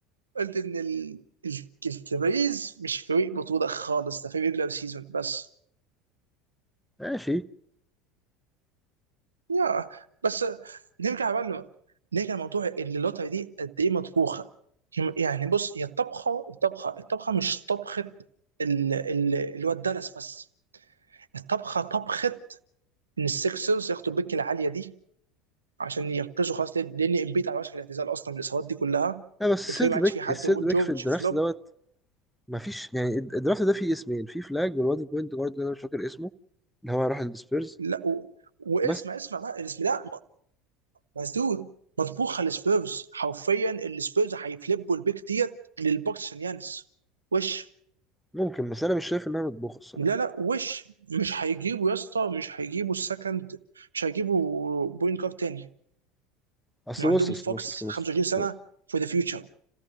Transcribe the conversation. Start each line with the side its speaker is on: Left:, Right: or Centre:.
Right: قلت ان ال... ال- الكباريز مش فريق بطولة خالص ده فريق ريجلر سيزون بس
Centre: ماشي
Right: يا بس نرجع بقى لم- نرجع لموضوع ان اللوتري دي قد ايه مطبوخة يعني بص هي الطبخة الطبخة الطبخة مش طبخة ال... ال... اللي هو الدالاس بس الطبخة طبخة ان السكسرز ياخدوا البيك العالية دي عشان ينقذوا خلاص لان لأن امبيد على وشك الاعتزال اصلا بالاصابات دي كلها
Centre: لا بس السيرد
Right: والفريق ما عادش
Centre: باك
Right: فيه حد
Centre: السيرد
Right: وبول
Centre: باك
Right: جورج
Centre: في الدرافت
Right: فلوب
Centre: دوت مفيش يعني الد- الدرافت ده فيه اسمين في فلاج والواد البوينت جارد اللي انا مش فاكر اسمه اللي هو راح السبيرز
Right: لا و... واسمع
Centre: بس
Right: اسمع بقى الاسم ده مسدود مطبوخه للسبيرز حرفيا السبيرز هيفلبوا البيك ديت للبوكس عشان يانس وش
Centre: ممكن بس انا مش شايف انها مطبوخه الصراحه
Right: لا لا وش مش هيجيبوا يا اسطى مش هيجيبوا السكند مش هيجيبوا بوينت جارد تاني
Centre: اصل
Right: وعندهم
Centre: بص اصل
Right: فوكس
Centre: بص اصل
Right: 25
Centre: بص اصل بص
Right: سنه فور ذا فيوتشر